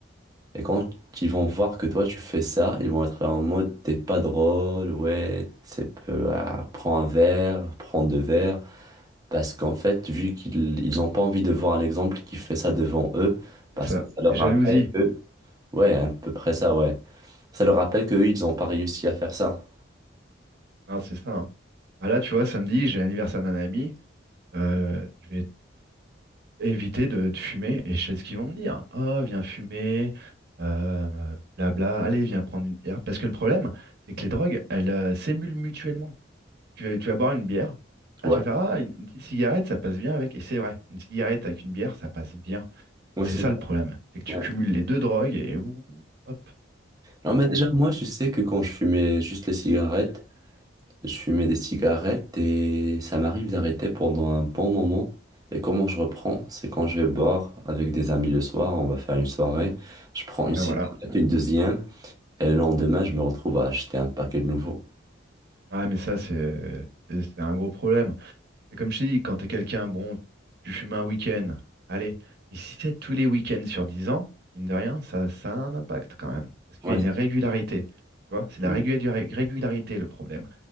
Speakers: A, on the right; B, on the right.
A: Et quand ils vont voir que toi tu fais ça, ils vont être là en mode t'es pas drôle, ouais, c'est peu, ah, prends un verre, prends deux verres. Parce qu'en fait, vu qu'ils ils ont pas envie de voir un exemple qui fait ça devant eux,
B: C'est
A: parce
B: ça,
A: que ça leur
B: c'est jalousie.
A: rappelle que, ouais, à peu près ça, ouais. Ça leur rappelle qu'eux, ils ont pas réussi à faire ça.
B: Non, c'est ça. hein. Bah là, tu vois, samedi, j'ai l'anniversaire d'un ami. euh, je vais éviter de, de fumer. Et je sais ce qu'ils vont me dire. Oh, viens fumer, euh, blabla. Allez, viens prendre une bière. Parce que le problème, c'est que les drogues, elles euh, s'émulent mutuellement. Tu vas, tu vas boire une bière. Ah,
A: Ouais,
B: tu vas faire ah, une, une petite cigarette, ça passe bien avec. Et c'est vrai, une cigarette avec une bière, ça passe bien.
A: ouais,
B: Et c'est
A: c'est
B: ça le problème. C'est que tu
A: ouais.
B: cumules les deux drogues et ouh, hop.
A: Non,
B: Donc
A: mais
B: bon,
A: déjà, moi, je sais que quand je fumais juste les cigarettes, Je fumais des cigarettes et ça m'arrive d'arrêter pendant un bon moment. Et comment je reprends? C'est quand je vais boire avec des amis le soir, on va faire une soirée. Je prends une
B: bah
A: cigarette,
B: voilà.
A: une deuxième, et le lendemain, je me retrouve à acheter un paquet de nouveau.
B: Ah, mais ça, c'est c'est c'est un gros problème. C'est comme je t'ai dit, quand t'es quelqu'un, bon, tu fumes un week-end, allez, mais si c'est tous les week-ends sur 10 ans, mine de rien, ça, ça a un impact quand même. Parce qu'il
A: Ouais,
B: y a une
A: c'est
B: régularité. Tu vois, c'est la
A: sûr.
B: régula- régularité le problème.